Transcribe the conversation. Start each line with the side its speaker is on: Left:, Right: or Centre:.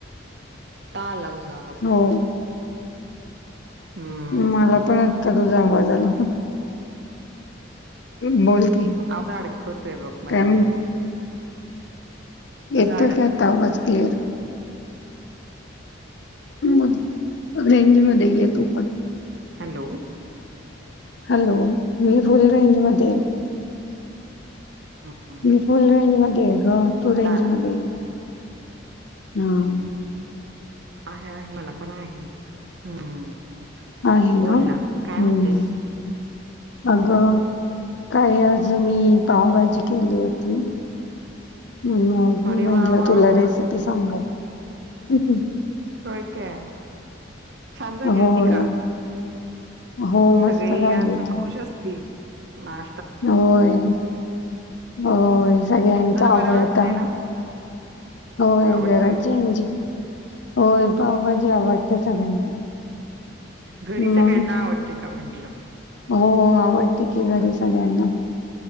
Right: आता आला तुझाआवाज
Left: हो
Right: बघ. हम्म
Left: मला पण आत्ता तुझा आवाज आला बोल की.
Right: आता अडखळतो बघ मधी
Left: काय
Right: मधी.
Left: येतोच
Right: अडक
Left: काय, आताआवाज क्लिअर. मग रेंज मध्ये येतो पण.
Right: हॅलो.
Left: हॅलो मी फुल रेंज मध्ये.
Right: हम्म
Left: मी फुल रेंज मध्ये आहे ग तु
Right: आता
Left: रेंज
Right: आला
Left: मध्ये ये. हं.
Right: आहे आहे मला, पण आहे हं.
Left: आहे
Right: बोल
Left: हम्म
Right: ना काय म्हणतेस
Left: अगं
Right: हो.
Left: काय आज मी पावभाजी केली होती. ह मग, मी
Right: अरे वा
Left: म्हटलं,
Right: वा
Left: तुला
Right: वा
Left: रेसिपी सांगल. हं.
Right: होय काय छान झाली
Left: होय
Right: होती का
Left: हो,
Right: सगळे
Left: मस्त झाली
Right: आज
Left: होती.
Right: खुश असतील आ.
Left: होय होय सगळ्यांचा
Right: जरा
Left: आवडता.
Right: बरं वाटतंय ना
Left: होय
Right: आवडतोय
Left: जरा चेंज होय पाव भाजी आवडते सगळ्यांना.
Right: घरी
Left: मग
Right: सगळ्यांना आवडते का म्हंटलं.
Left: हो हो, आवडते की घरी सगळ्यांना